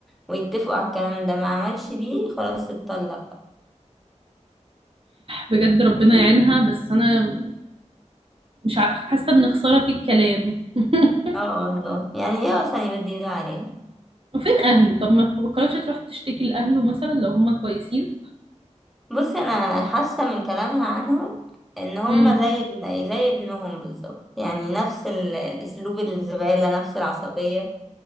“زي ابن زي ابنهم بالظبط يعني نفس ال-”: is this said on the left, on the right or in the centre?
Centre